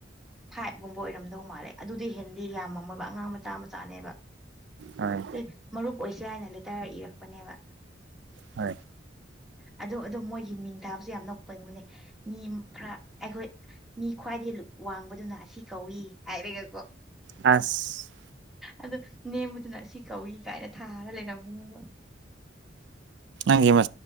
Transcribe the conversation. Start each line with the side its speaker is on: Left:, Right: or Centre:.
Centre: ꯐꯥꯏꯚꯒꯨꯝꯕ ꯑꯣꯏꯔꯝꯗꯧ ꯃꯥꯜꯂꯦ ꯑꯗꯨꯗꯤ ꯍꯦꯟꯗꯤ ꯌꯥꯝꯃꯝꯃꯣꯏꯕ ꯑꯉꯥꯡ ꯃꯆꯥ ꯃꯆꯥꯅꯦꯕ
Right: ꯍꯣꯏ
Centre: ꯑꯦ ꯃꯔꯨꯞ ꯑꯣꯏꯁ ꯍꯥꯏꯅ ꯂꯩꯇꯥꯔ ꯏꯔꯛꯄꯅꯦꯕ
Right: ꯍ
Centre: ꯑ ꯑꯗꯨꯣ ꯃꯣꯏꯒꯤ ꯃꯤꯡ ꯊꯥꯕꯁꯨ ꯌꯥꯝ ꯅꯄꯩꯉꯣꯏꯅꯦ ꯃꯤ ꯈꯔ ꯑꯩꯈꯣꯏ ꯃꯤ ꯈ꯭ꯋꯥꯏꯗꯒꯤ ꯋꯥꯡꯕꯗꯨꯅ ꯑꯁꯤ ꯀꯧꯏ ꯍꯥꯏꯔꯒ
Right: ꯑꯁ
Centre: ꯑꯗꯣ ꯅꯦꯝꯕꯗꯨꯅ ꯑꯁꯤ ꯀꯧꯏ ꯀꯥꯏꯔ ꯊꯥꯔ ꯂꯩꯒꯕꯅꯦꯕ
Right: ꯅꯤꯒꯤ ꯃ